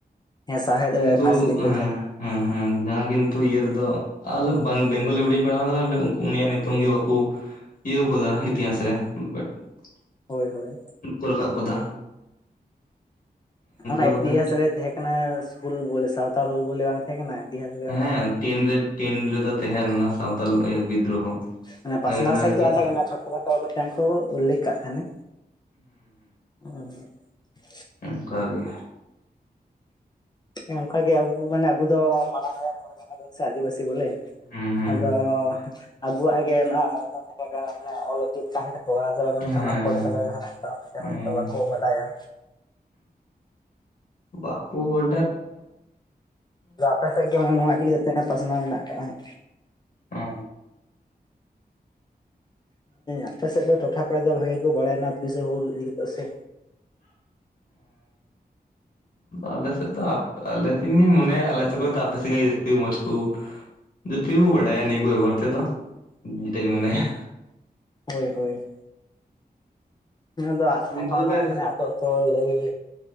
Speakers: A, on the left; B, on the left.
A: ᱦᱮᱸ ᱥᱟᱶᱦᱮᱫ
B: ᱠᱤᱱᱛᱩ
A: ᱨᱮ ᱯᱷᱟᱥᱴ ᱞᱮᱝᱜᱩᱭᱮᱡᱽ
B: ᱦᱮᱸ ᱦᱮᱸ ᱦᱮᱸ ᱡᱟᱦᱟᱸ ᱠᱤᱱ ᱟᱹᱛᱩ ᱤᱭᱟᱹ ᱨᱮᱫᱚ ᱟᱞᱮ ᱵᱟᱝ ᱵᱮᱝᱜᱚᱞᱤ <inaudible> ᱯᱟᱲᱦᱟᱣᱫᱟ ᱩᱱᱤᱭᱟᱜ ᱧᱩᱛᱩᱢ ᱜᱮ ᱵᱟᱠᱚ ᱤᱭᱟᱹᱣ ᱟᱠᱟᱫᱟ ᱤᱛᱤᱦᱟᱸᱟᱥ ᱨᱮ <inaudible>
A: ᱦᱳᱭ ᱦᱳᱭ
B: ᱠᱚ ᱨᱟᱠᱟᱵ ᱟᱠᱟᱫᱟ
A: ᱚᱱᱟ
B: ᱵᱚᱞᱮ
A: ᱤᱛᱤᱦᱟᱥ ᱨᱮ ᱛᱟᱦᱮᱸᱱᱟ ᱦᱩᱞ ᱵᱚᱞᱮ ᱥᱟᱣᱛᱟᱞ ᱦᱩᱞ ᱵᱚᱞᱮ ᱵᱟᱝ ᱛᱟᱦᱮᱸ ᱠᱟᱱᱟ ᱤᱛᱤᱦᱟᱥ ᱨᱮ ᱚᱱᱟ
B: ᱦᱮᱸ ᱴᱮᱱ ᱨᱮ ᱴᱮᱱ ᱨᱮᱫᱚ ᱛᱟᱦᱮᱸ ᱞᱮᱱᱟ ᱥᱟᱶᱛᱟᱞ ᱵᱤᱫᱽᱫᱨᱳᱦᱚ
A: ᱦᱮᱸᱮ ᱯᱟᱥᱱᱟᱣ
B: ᱦᱳᱭ ᱚᱱᱟ
A: ᱥᱟᱭᱤᱡ
B: ᱨᱮᱜᱮ
A: ᱫᱚ ᱵᱟᱝ ᱛᱟᱦᱮᱸ ᱠᱟᱱᱟ ᱪᱷᱳᱴᱳ ᱠᱷᱟᱴᱳ ᱢᱤᱫᱴᱟᱝ ᱠᱚ ᱩᱞᱞᱮᱠᱷ ᱠᱟᱜ ᱛᱟᱦᱮᱱᱟ <unintelligible>
B: ᱚᱱᱠᱟᱜᱮ
A: ᱦᱮᱸ ᱚᱱᱠᱟᱜᱮ ᱟᱵᱚ ᱢᱟᱱᱮ ᱟᱵᱚ ᱫᱚ ᱢᱟᱲᱟᱝ ᱦᱚᱲ ᱡᱟᱦᱟᱸ ᱵᱚᱱ ᱥᱮ ᱟᱹᱫᱤᱵᱟᱹᱥᱤ ᱵᱚᱞᱮ
B: ᱦᱩᱸ ᱦᱩᱸ
A: ᱟᱫᱚ ᱟᱵᱚᱣᱟᱜ ᱜᱮ ᱱᱚᱣᱟ <unintelligible> ᱛᱟᱦᱮᱸ ᱠᱟᱱᱟ ᱟᱫᱚ ᱢᱮᱱᱠᱷᱟᱱ
B: ᱦᱮᱸ
A: ᱢᱟ ᱠᱚᱞᱟᱭᱛᱮᱛ
B: ᱦᱮᱸ
A: ᱵᱟᱠᱚ ᱵᱟᱰᱟᱭᱟ
B: ᱵᱟᱠᱩ <unintelligible>
A: ᱟᱫᱚ ᱟᱯᱮ ᱥᱮᱫ ᱜᱮ ᱢᱟᱱᱮ ᱱᱚᱣᱟ ᱤᱫᱤ ᱠᱟᱛᱮᱜ ᱯᱟᱥᱱᱟᱣ ᱢᱮᱱᱟᱜ ᱟᱠᱟᱫ
B: ᱚ
A: ᱟᱯᱮ ᱥᱮᱫ ᱫᱚ ᱴᱚᱴᱷᱟ ᱠᱚᱨᱮ ᱫᱚ ᱵᱷᱟᱜᱤ ᱠᱚ ᱵᱟᱲᱟᱭᱱᱟ ᱦᱩᱞ ᱤᱫᱤ ᱠᱟᱛᱮ ᱥᱮ
B: ᱟᱞᱮ ᱥᱮᱫ ᱫᱚ ᱟᱞᱮ <unintelligible> ᱢᱚᱱᱮ ᱟᱞᱮ ᱥᱮᱫ ᱠᱷᱚᱱ ᱟᱯᱮ ᱥᱮᱫ ᱜᱮ ᱡᱟᱹᱥᱛᱤ ᱢᱚᱡᱽ ᱠᱚ ᱡᱟᱹᱥᱛᱤ ᱜᱮᱠᱚ ᱵᱟᱰᱟᱭᱟ ᱱᱤᱭᱟᱹ ᱠᱚ ᱵᱮᱜᱚᱨ ᱛᱮᱫᱚ <unintelligible> ᱢᱚᱱᱮᱭᱟ
A: ᱦᱳᱭ ᱦᱳᱭ ᱫᱚ
B: ᱟᱨ ᱚᱱᱛᱮ
A: ᱮᱠᱷᱚᱱ
B: ᱫᱚᱞᱮ
A: ᱦᱚᱸ ᱢᱟᱱᱮ ᱟᱹᱛᱩ ᱟᱹᱛᱩ ᱞᱟᱹᱭ